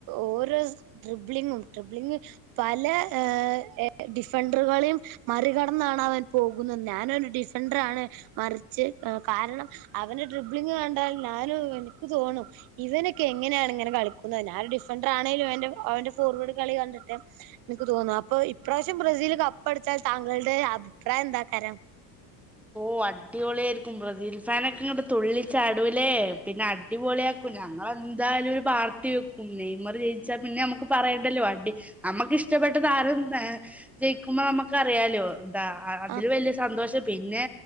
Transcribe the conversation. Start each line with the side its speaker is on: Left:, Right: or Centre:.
Right: ഓരോ ട്രിബിളിങ്ങും ട്രിബിളിംഗ് പല ഏഹ് ഡിഫണ്ട്രകളീം മറികടന്നാണ് അവൻ പോകുന്നത് ഞാനൊരു ഡിഫൻണ്ട്രാണ് മറിച്ച് കാരണം അവന്റെ ഡട്രിബ്ളിങ് കണ്ടാൽ ഞാനും എനിക്ക് തോന്നും ഇവനൊക്കെ എങ്ങനെയാണ് ഇങ്ങനെ കളിക്കുന്നത് ഞാ ഒരു ഡിഫൻഡർ ആണെലും അവന്റെ അവന്റെ ഫോർവേർഡ് കളി കണ്ടിട്ട് എനിക്ക് തോന്നു അപ്പൊ ഇപ്രാവശ്യം ബ്രസീല് കപ്പ അടിച്ചാൽ താങ്കളുടെ അഭിപ്രായം എന്താ കരാം
Centre: ഓ അടിപൊളായിരിക്കും ബ്രസീൽ ഫാനൊക്കെ ഇങ്ങട്ട് തുള്ളിചാടൂലെ പിന്നെ അടിപൊളിയാക്കും ഞങ്ങളെന്തായാലും ഒരു പാർട്ടി വെക്കും നെയ്മറ് ജയിച്ചാ പിന്നെ നമക്ക് പറയേണ്ടല്ലോ വണ്ടി നമ്മക്ക് ഇഷ്ടപ്പെട്ട താരം ഏഹ് ജയിക്കുമ്പോ നമ്മക്കറിയാലോ എന്താ അതില്
Right: ആ
Centre: വല്യ സന്തോഷം പിന്നെ